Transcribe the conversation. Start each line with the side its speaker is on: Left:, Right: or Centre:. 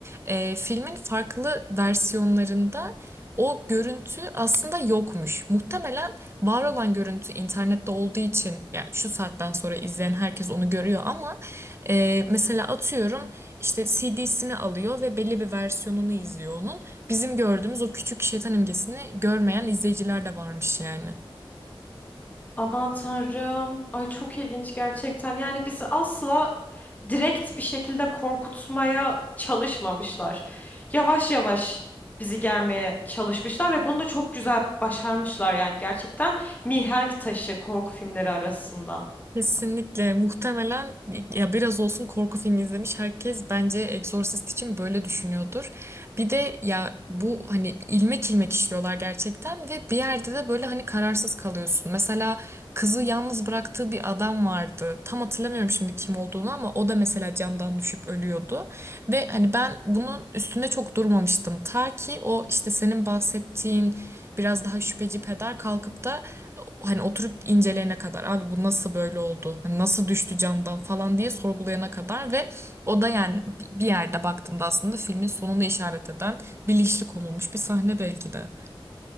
Right: Ee, filmin farklı versiyonlarında o görüntü aslında yokmuş. Muhtemelen var olan görüntü internette olduğu için yani şu saatten sonra izleyen herkes onu görüyor ama e, mesela atıyorum işte CD'sini alıyor ve belli bir versiyonunu izliyor onun bizim gördüğümüz o küçük şeytan imgesini görmeyen izleyiciler de varmış yani.
Left: Aman tanrım. Ay çok ilginç gerçekten. Yani bizi asla direkt bir şekilde korkutmaya çalışmamışlar. Yavaş yavaş bizi germeye çalışmışlar ve bunu da çok güzel başarmışlar yani gerçekten mihenk taşı korku filmleri arasında.
Right: Kesinlikle muhtemelen ya biraz olsun korku filmi izlemiş herkes bence Exorcist için böyle düşünüyordur. Bir de ya bu hani ilmek ilmek işliyorlar gerçekten ve bir yerde de böyle hani kararsız kalıyorsun. Mesela kızı yalnız bıraktığı bir adam vardı. Tam hatırlamıyorum şimdi kim olduğunu ama o da mesela camdan düşüp ölüyordu. Ve hani ben bunun üstünde çok durmamıştım. Ta ki o işte senin bahsettiğin biraz daha şüpheci peder kalkıp da hani oturup inceleyene kadar abi bu nasıl böyle oldu? Hani nasıl düştü camdan falan diye sorgulayana kadar ve o da yani bir yerde baktığımda aslında filmin sonunu işaret eden bilinçli konulmuş bir sahne belki de.